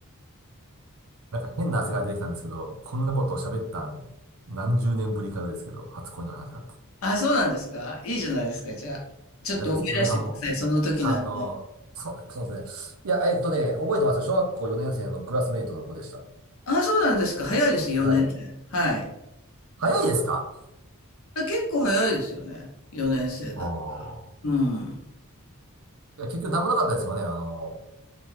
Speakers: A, on the right; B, on the left.
A: なんか変な汗が出てきたんですけど、こんなことを喋ったん何十年ぶりかですけど、初恋の話なんて。
B: あ、そうなんですかいいじゃないですか、じゃあ。ちょっと思い出してください、
A: 大丈夫です。嫁はんも。
B: その時なんの
A: あの、そう、そうですね。いや、えっとね、覚えてますよ。小学校4年生のクラスメイトの子でした。
B: あ、そうなんですか早いです、4年生。
A: はい。
B: はい。
A: 早いですか
B: 結構早いですよね。4年生だ。
A: ああー。
B: うん。
A: いや、結局何もなかったですよね。あの、